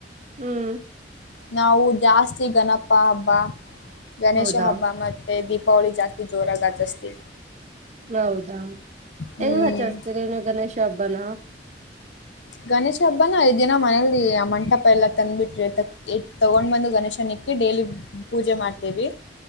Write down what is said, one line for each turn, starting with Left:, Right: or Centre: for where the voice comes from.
Right: ಹ್ಮ್
Left: ನಾವು ಜಾಸ್ತಿ ಗಣಪ ಹಬ್ಬ ಗಣೇಶ
Right: ಹೌದಾ
Left: ಹಬ್ಬ ಮತ್ತೆ ದೀಪ ಹೋಳಿ ಜಾಸ್ತಿ ಜೋರಾಗಸ್ತಿ
Right: ಹೌದಾ
Left: ಹ್ಮ್
Right: ಹೆಂಗ್ ಆಚರಿಸಸ್ತೀರಿ ನೀನು ಗಣೇಶ ಹಬ್ಬನ
Left: ಗಣೇಶ ಹಬ್ಬನ ಐ ದಿನ ಮನೇಲಿ ಆ ಮಂಟಪ ಎಲ್ಲ ತಂದ್ಬಿಟ್ರೆ ಎ ತಗೊಂಡ್ ಬಂದು ಗಣೇಶನ ಡೈಲಿ ಪೂಜೆ ಮಾಡ್ತೇವಿ